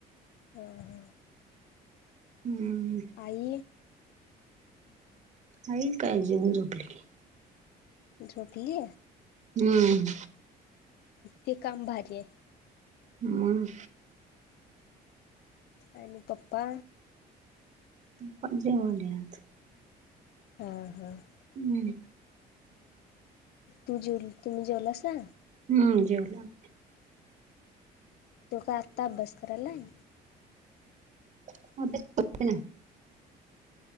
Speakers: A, on the left; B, on the right.
A: हं हं
B: हम्म
A: आई?
B: आई काय जेवून झोपली की.
A: झोपली?
B: हम्म्.
A: ते काम भारीआय.
B: म.
A: आणि पप्पा?
B: पप्पा जेवाल्यात.
A: हां हां.
B: हम्म्.
A: तू जेवल तुम्ही जेवलासा?
B: हम्म जेवलो.
A: तो काय आता करायलाई?
B: <unintelligible>